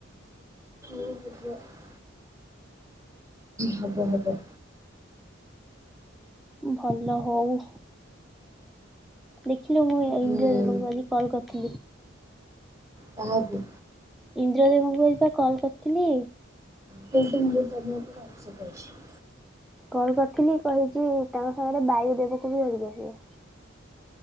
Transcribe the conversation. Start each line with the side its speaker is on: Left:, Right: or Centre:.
Right: <inaudible> ହବ ହବ।
Centre: ଭଲ ହଉ। ଦେଖିଲୁ ମୁଁ
Right: ହୁଁ
Centre: ଇନ୍ଦିରଦବଙ୍କୁ ଆଜି କଲ୍ କରିଥିଲି।
Right: କାହାକୁ?
Centre: ଇନ୍ଦ୍ରଦେବଙ୍କୁ ହେଇ ପା କଲ୍ କରିଥିଲି।
Right: ସେଇ ଟାଇମ୍ ରେ କରିବା ପାଇଁ ପୁରା ଅପସେଟ୍ ଅଛି।
Centre: କଲ୍ କରିଥିଲି କହିଚି ତାଙ୍କ ସାଙ୍ଗରେ ବାୟୁ ଦେବକୁ ବି ଧରିକି ଆସିବେ।